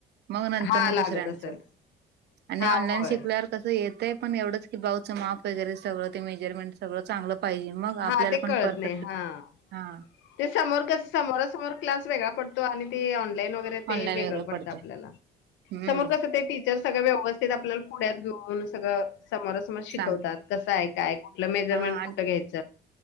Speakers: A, on the right; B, on the left.
A: मग, नंतर
B: हा
A: ना
B: लागत
A: दुसऱ्यांचं
B: असेल
A: आणि
B: हा
A: ऑनलाईन
B: होय.
A: शिकल्यावर तस येतंय पण एवढंच की ब्लाऊजचं माप वगैरे सगळ ते मेजरमेंट सगळं चांगलं पाहिजे मग
B: हा
A: आपल्याला
B: ते
A: पण
B: कळत
A: परफेक्ट
B: नाही हा.
A: हा
B: ते समोर कस समोरासमोर क्लास वेगळा पडतो आणि ते ऑनलाईन वगैरे ते
A: ऑनलाईन
B: वेगळं पडत
A: पडतंय
B: आपल्याला,
A: हम्म
B: समोर कस ते ते सगळं व्यवस्थित आपल्याला पुड्यात घेऊन सगळं समोरा- समोर शिकवतात
A: सांग
B: कसं आहे काय? मेजरमेंट
A: हा आणि
B: कुठं घ्यायंच